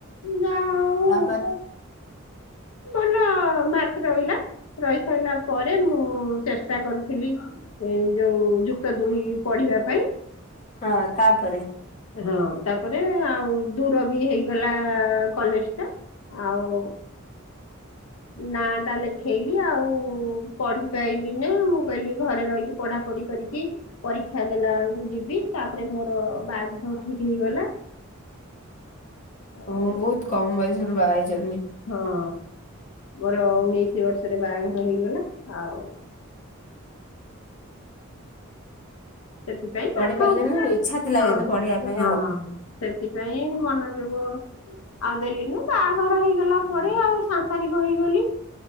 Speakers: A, on the left (about 85°); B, on the left (about 35°).
A: ଯାହା ହଉ
B: ତାପରେ
A: ଭଲ ମାର୍କ ରହିଲା ରହି ସାରିଲା ପରେ ମୁଁ ଚେଷ୍ଟା କରୁଥିଲି ଏ ଯୋଉ ଯୁକ୍ତ ଦୁଇ ପଢିବା ପାଇଁ
B: ହଁ ତାପରେ
A: ହଁ ତାପରେ ଆଉ ଦୂର ବି ହେଇଗଲା କଲେଜ ଟା ଆଉ ନା ତା ଲେଖେଇଲି ଆଉ ପଢିପାଇଲିନି ମୁଁ କହିଲି ଘରେ ରହିକି ପଢା ପଢି କରିକି ପରୀକ୍ଷା ଦେଲା ବେଳକୁ ଯିବି ତାପରେ ମୋର ବାହାଘର ଠିକ ହେଇଗଲା। ଆଉ
B: ହ ବହୁତ କମ ବୟସରୁ ବାହ ହେଇଚ ତୁମେ।
A: ହଁ ମୋର ଉଣେଇଶି ବର୍ଷରେ ବାହାଘର ହେଇଗଲା ଆଉ ସେଥିପାଇଁ
B: ପଢି
A: ପାଠ
B: ପାରିଲେନି
A: ଉପରେ
B: ଆଉ ଇଚ୍ଛା ଥିଲା
A: ହଁ
B: କିନ୍ତୁ ପଢିବା ପାଇଁ
A: ହଁ
B: ଆଉ।
A: ସେଥିପାଇଁ ମନୋଯୋଗ ଆଉ ଦେଲି ନୁ ବାହାଘର ହେଇଗଲା ପରେ ଆଉ ସାଂସାରିକ ହେଇଗଲି।